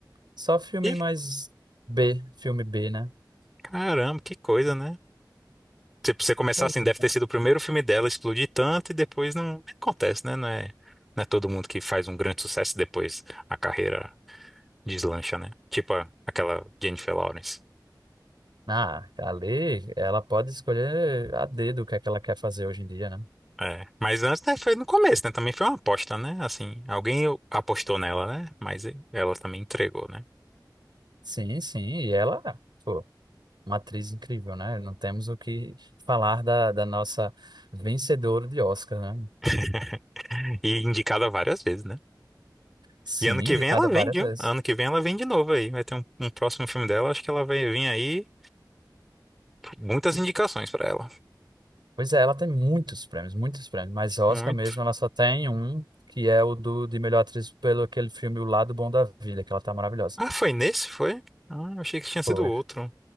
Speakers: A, on the right; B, in the centre.
A: só filme
B: E
A: mais B, filme B, né?
B: caramba, que coisa, né? Se você começar
A: Pois
B: assim,
A: é.
B: deve ter sido o primeiro filme dela explodir tanto e depois não acontece, né? Não é, não é todo mundo que faz um grande sucesso e depois a carreira deslancha, né? Tipo a- aquela Jennifer Lawrence.
A: Ah, ali ela pode escolher a dedo o que é que ela quer fazer hoje em dia, né?
B: É, mas antes, né, foi no começo, né? Também foi uma aposta, né? Assim, alguém apostou nela, né? Mas ela também entregou, né?
A: Sim, sim, e ela, pô, uma atriz incrível, né? Não temos o que falar da, da nossa vencedora de Oscar, né?
B: <laughs> E indicada várias vezes, né?
A: Sim,
B: E ano que
A: indicada
B: vem ela vem,
A: várias
B: viu?
A: vezes.
B: Ano que vem ela vem de novo aí. Vai ter um, um próximo filme dela. Acho que ela vai vir aí. Muitas indicações pra ela.
A: Pois é, ela tem muitos prêmios, muitos prêmios, mas Oscar
B: Muito.
A: mesmo ela só tem um, que é o do, de melhor atriz pelo aquele filme O Lado Bom da Vida, que ela tá maravilhosa.
B: Ah, foi nesse? Foi? Ah, achei que tinha sido
A: Foi,
B: outro.